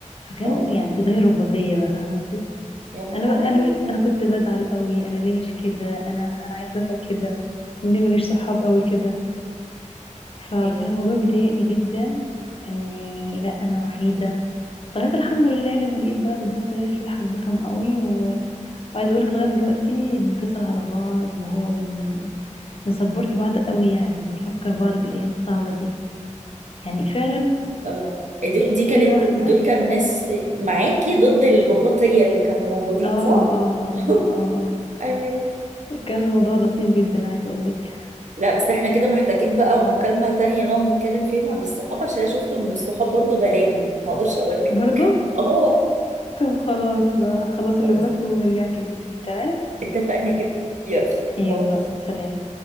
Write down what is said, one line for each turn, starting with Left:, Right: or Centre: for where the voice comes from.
Left: فكانوا
Right: اه
Left: يعني زي الرباطيه بقى فاهمه انت
Right: يا نهاري
Left: انا ب... انا انا كنت بزعل قوي انا ليه مش كده انا انا عايزه ابقى كده ليه ماليش صحاب قوي كده فكان
Right: يعني
Left: الموضوع بيضايقني جدا اني لا انا وحيده لغايه الحمد لله لما لقيت بقى بنتين تلاته كده حبيتهم قوي وعايزه اقولك لغايه دلوقتي بنتصل على بعض اللي هو بن بنسبورت بعض قوي يعني بنفكر بعض بالايام الصعبه دي يعني فعلا
Right: اه دي دي كانت
Left: كل واحده
Right: دول كانوا ناس معاكي ضد الرباطية اللي كانوا موجودين
Left: اه
Right: صح؟
Left: اه
Right: <laughs>
Left: اه اه
Right: ايوه
Left: اه كان الموضوع لطيف جدا عايزه اقولك
Right: لا بس احنا كده محتاجين بقى مكالمة تانية نقعد نتكلم فيهم عن الصحاب عشان انا شفت ان الصحاب برضو بلاوي ما اقدرش اقول لك
Left: برضه
Right: <laughs> اه
Left: طب خلاص بقى خلاص
Right: خلاص
Left: اللي وراك وارجع كلميني تمام
Right: اتفقنا جدا يلا باي
Left: يلا سلام